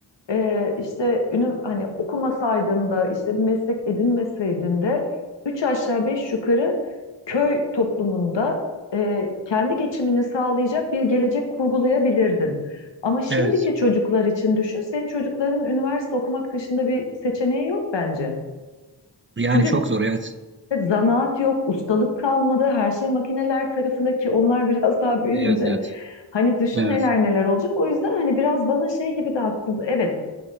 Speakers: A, on the left; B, on the right.
A: e, işte ünü, hani okumasaydın da işte bir meslek edinmeseydin de üç aşağı beş yukarı köy toplumunda e, kendi geçimini sağlayacak bir gelecek kurgulayabilirdin. Ama şimdiki
B: Evet.
A: çocuklar için düşün, senin çocukların üniversite okumak dışında bir seçeneği yok bence.
B: Yani
A: Çünkü
B: çok zor evet.
A: Evet, zanaat yok, ustalık kalmadı. Her şey makineler tarafındaki onlar <laughs> biraz daha büyüyünce
B: Evet evet.
A: hani düşün
B: Evet.
A: neler neler olacak. O yüzden hani biraz bana şey gibi de haksız. Evet.